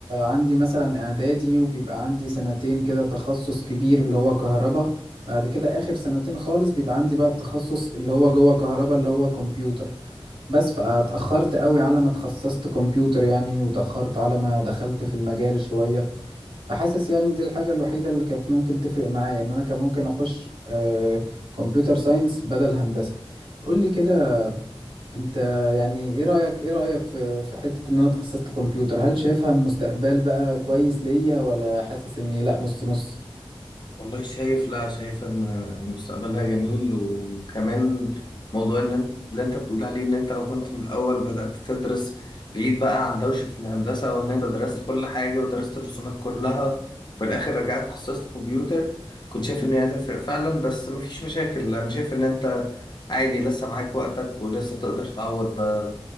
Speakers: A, on the right; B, on the left.
A: عندي مثلا اعدادي وبيبقى عندي سنتين كده تخصص كبير اللي هو كهرباء بعد كده اخر سنتين خالص بيبقى عندي بقى التخصص اللي هو جوه كهرباء اللي هو كمبيوتر بس فاتأخرت قوي على ما اتخصصت كمبيوتر يعني وتأخرت على ما دخلت في المجال شوية فحاسس يعني دي الحاجة الوحيدة اللي كانت ممكن تفرق معايا ان انا كان ممكن اخش آه، كمبيوتر ساينس بدل هندسة قول لي كده انت يعني ايه رأيك ايه رأيك في في حتة ان انا اتخصصت كمبيوتر هل شايفها مستقبل بقى كويس ليا ولا حاسس اني لا نص نص
B: والله شايف لا شايف ان إن مستقبلها جميل وكمان موضوع ان انت اللي انت بتقول عليه ان انت لو كنت من الاول بدأت تدرس بعيد بقى عن دوشة الهندسة وان انت درست كل حاجة ودرست الرسومات كلها وفي الاخر رجعت اتخصصت كمبيوتر كنت شايف ان هي هتفرق فعلا بس مفيش مشاكل انا شايف ان انت عادي لسه معاك وقتك ولسه تقدر تعوض ده